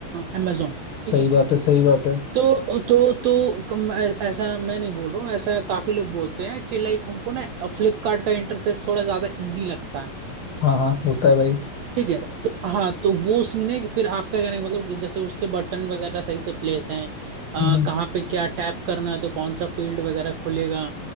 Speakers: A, on the right; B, on the left.
A: अमेजोन ठीक
B: सही
A: है
B: बात है सही बात है
A: तो तो तो कम, ऐ- ऐसा मैं नहीं बोल रहा हूँ ऐसा काफी लोग बोलते हैं कि लाइक उनको ना फ्लिपकार्ट का इंटरफेस थोड़ा ज्यादा इजी लगता है
B: हाँ हाँ होता है भाई
A: ठीक है तो हाँ तो वो सीन है कि फिर आपका कहने का मतलब कि जैसे उसके बटन वगैरह सही से प्लेस हैं अ,
B: हम्म हम्म।
A: कहाँ पे क्या टैप करना है तो कौन सा फील्ड वगैरह खुलेगा